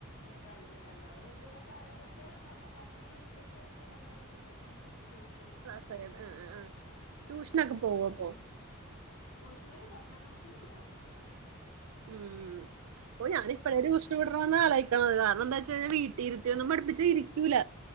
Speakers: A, on the left; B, on the right.
A: കഴിഞ്ഞ രണ്ടാളും വല്യോരായോരൊക്കെ പത്താം ക്ലാസും പ്ലസ് ടു ഒക്കെ ഫുള്ളേപ്ലസ്സിലൊക്കെ അങ്ങനെ ജയിച്ചത്.
B: ക്ലാസ്
A: ഉം
B: ആഹ് ആഹ്
A: ആ
B: ട്യൂഷനൊക്കെ
A: പിന്നപ്പോ
B: പോവോ അപ്പൊ
A: മോൻ ട്യൂഷന് പത്താം ക്ലാസ്സിന്ന് വിടാറുണ്ടേന്ന്.
B: ഉം ഓ ഞാനിപ്പഴേ
A: മോന്
B: ഒരു ട്യൂഷന്
A: പത്തിലാ
B: വിടണന്ന ആലോയി കാരണം എന്താ വെച്ചഴിഞ്ഞാൽ വീട്ടിലിരുത്തി ഒന്നും പഠിപ്പിച്ച ഇരിക്കൂല.